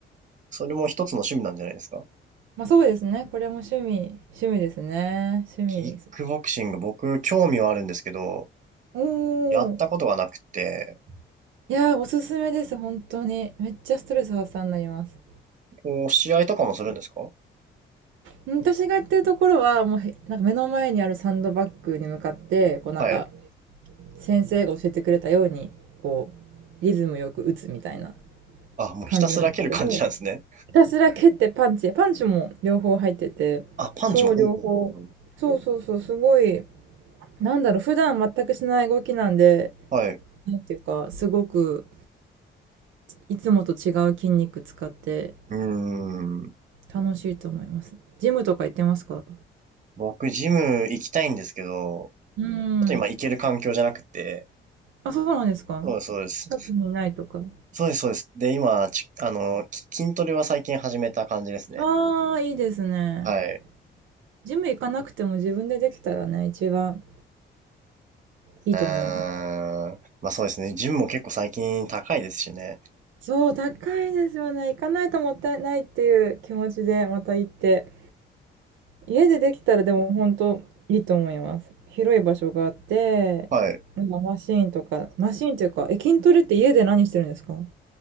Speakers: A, on the right; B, on the right.
A: それも一つの趣味なんじゃないですか
B: まあそうですね。これも趣味、趣味ですね。趣味。
A: キックボクシング、僕、興味はあるんですけど、
B: おー。
A: やったことがなくて、
B: いやー、おすすめです、本当に。めっちゃストレス発散になります。
A: こう、試合とかもするんですか
B: うん私が行ってるところは、もうへ、なんか目の前にあるサンドバッグに向かって、こうなんか、
A: はい。
B: 先生が教えてくれたように、こう、リズムよく打つみたいな
A: あ、もうひたすら蹴る感じなんですね。
B: 感じなんですけど、ひたすら蹴ってパンチ、パンチも両方入ってて、
A: あ、パンチも、
B: そう、
A: ほうほうほうほう。
B: 両方。そうそうそう、すごい、なんだろう、普段全くしない動きなんで、
A: はい。
B: なんていうか、すごく、いつもと違う筋肉使って、
A: うーん。
B: 楽しいと思います。ジムとか行ってますか
A: 僕、ジム行きたいんですけど、
B: うーん。
A: ちょっと今行ける環境じゃなくて、
B: あ、そうなんですか近くにないとか。
A: そうです、そうです。そうです、そうです。で、今、ちあの、き筋トレは最近始めた感じですね。
B: ああ、いいですね。
A: はい。
B: ジム行かなくても自分でできたらね、一番いいと思います。
A: うーん。まあそうですね。ジムも結構最近高いですしね。
B: そう、高いですよね。行かないともったいないっていう気持ちでまた行って。家でできたらでも本当いいと思います。広い場所があって、
A: はい。
B: なんかマシーンとか、マシーンっていうか、え、筋トレって家で何してるんですかわ